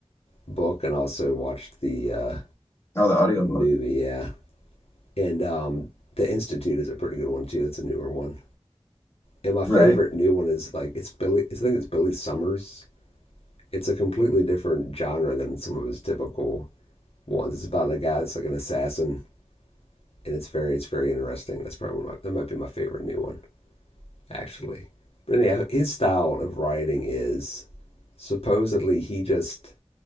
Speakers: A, on the left (about 65°); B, on the left (about 25°).
A: book and also watched the uh,
B: Oh, the audiobook.
A: movie. Yeah, and um, the Institute is a pretty good one too. That's a newer one. And my favorite
B: Right.
A: new one is like it's Billy. I think it's Billy Summers. It's a completely different genre than some of his typical ones. It's about a guy that's like an assassin, and it's very it's very interesting. That's probably one of my, that might be my favorite new one. actually. But anyhow, his style of writing is supposedly he just